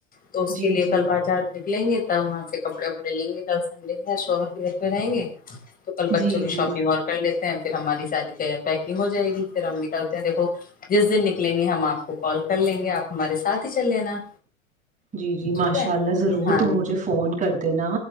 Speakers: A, on the left (about 20°); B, on the right (about 20°).
A: تو اس
B: جی
A: کے لیے
B: جی
A: کل باجادمی لیں گے تب وہاں سے کپڑے وپڑے لیں گے چل سنڈے ہے شوہر کے گ تو کل بچوں
B: جی
A: بھی شاپنگ
B: جی
A: اور کر لیتے ہیں پھر ہماری ساری تی پیکنگ جائے گی پھر ہم ن دھو جس دن لیں گے ہم آپ کو کال کر لیں گے آپ ہمارے ساتھ ہی چل لینا
B: جی جی ماشاء
A: ٹھیک ہے
B: اللہ ضرور
A: یہ ہاں
B: تم مجھے فون کر دینا